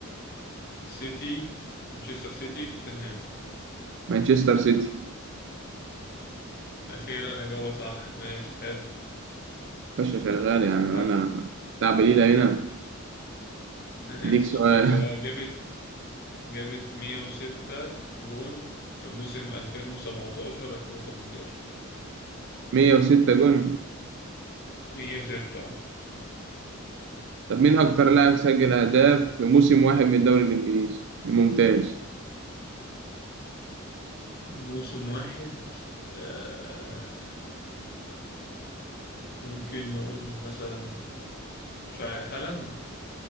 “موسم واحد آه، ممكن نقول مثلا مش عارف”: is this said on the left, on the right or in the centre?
Left